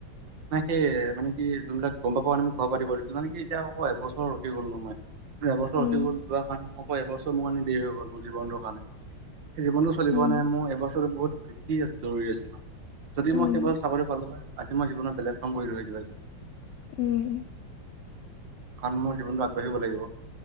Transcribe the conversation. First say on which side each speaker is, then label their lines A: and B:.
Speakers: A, on the right; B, on the left.
A: নাই সেই মানে কি যোনবিলাক গম পাব মানে মোক ঘৰ পাতিব দিনে কি এতিয়া আক এবছৰ ৰৈ গ'ল ন মই ৷ এবছৰ
B: উম
A: ৰখি গ'ল যোৱা সাত অ এবছৰ মোৰ কাৰণে দেৰি হৈ গ'ল মোৰ জীৱনটোৰ কাৰণে ৷ সে জীৱনটো চলিব
B: উম
A: কাৰণে মোৰ এইবছৰো বহুত কি আৰি আছোৰ <unintelligible> যদি
B: উম
A: মই সেইবছৰ চাকৰি পালো হয়! আজি মই জীৱনত। বিলাক কাম হয় কিবা কিবি
B: উম
A: কাৰণ মোৰ জীৱনটো আগবাঢ়িব লাগিব।